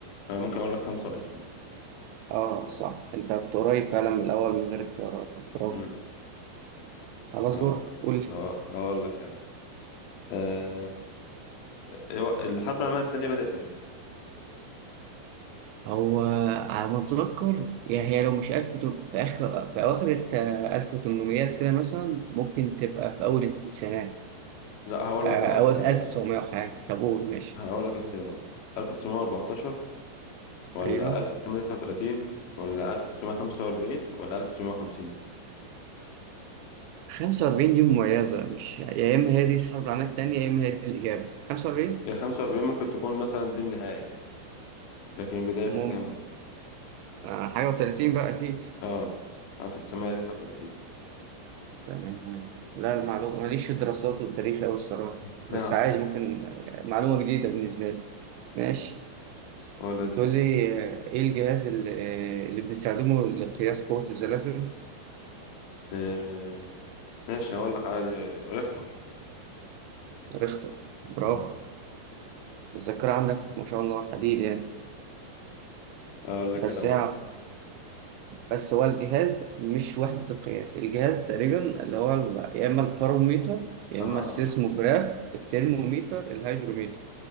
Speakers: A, on the left (about 75°); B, on the right (about 80°).
A: أنا ممكن أقول لك خمسة وعشرين
B: اه صح انت كنت قريب فعلا من الاول من غير اختيارات برافو
A: أمم.
B: خلاص
A: اه
B: دورك قول
A: اه هقول لك أنا آه، هو الحرب العالمية التانية بدأت إمتى؟
B: هو على ما اتذكر يعني هي لو مش 1000 تبقى في اخر في اواخر ال 1800 كده مثلا ممكن تبقى في اول التسعينات
A: لا هقول
B: آه،
A: لك أنا ال-
B: اول 1900 وحاجه طب قول ماشي
A: هقول لك اختيارات 1914 ولا
B: ايوه
A: 1939 ولا 1945 ولا 1950
B: 45 دي مميزه مش يا اما هي دي الحرب العالميه الثانيه يا اما هي دي الاجابه 45
A: هي 45 ممكن تكون مثلا دي النهاية لكن البداية
B: ممكن
A: كانت كام؟
B: آه، حاجه و30 بقى اكيد
A: اه 1939
B: تمام لا
A: مظبوط.
B: المعلومة ماليش في الدراسات والتاريخ أوي الصراحة
A: <laughs>
B: بس عادي ممكن معلومة جديدة بالنسبة لي ماشي
A: ولد
B: تقول لي آه، إيه الجهاز اللي, آه، اللي بنستخدمه لقياس قوة الزلازل
A: إيه. ماشي هقول لك عادي اختار
B: ريختر برافو
A: مم.
B: الذاكرة عندك ما شاء الله حديد يعني
A: اقول لك
B: بس
A: انا برضه
B: هي بس هو الجهاز مش وحدة قياس الجهاز تقريبا اللي هو ال- يا إما الباروميتر يا
A: اه
B: إما السيسموجراف الترموميتر الهيدروميتر